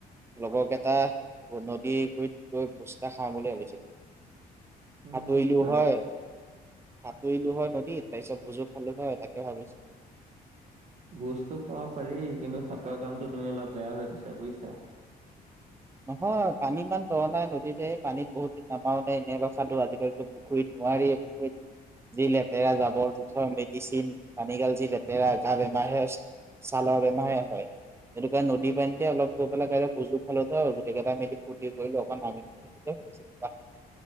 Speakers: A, on the right; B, on the right.
A: লগৰক এইটা নদী গুৰিত গৈ ভোজ এটা খাম বুলি ভাবিছিলোঁ।
B: উম,
A: সাতুৰিলো
B: পাৰি
A: হয়। সাতুৰিলো হয় নদী তাৰপিছত ভোজো খালো হয়, তাকে ভাবিছোঁ।
B: ভোজতো খাব পাৰি কিন্তু সাঁতুৰা কামটো তুমি অলপ বেয়া ভাবিছা বুজিছা?
A: নহয়, পানী ইমান দ' নাই। নদীতে পানীত বহুত দিন নামাও নাই এনেই অলপ চালোঁ আজি গৈছিলোঁ। পুখুৰীত নোৱাৰি পুখুৰীত যি লেতেৰা জাবৰ-জোথৰ, মেডিচিন। পানীগাল যি লেতেৰা গা বেমাৰে হৈছ, চালৰ বেমাৰহে হয়। এনেকুৱা নদীৰ পানীতে অলপ গৈ পেলাই গা ধুই ভুজো খালোঁ। ন ' গোটেইকেইটা মিলি ফুৰ্তি কৰিলো অকণ নামিলো সেই ভাবি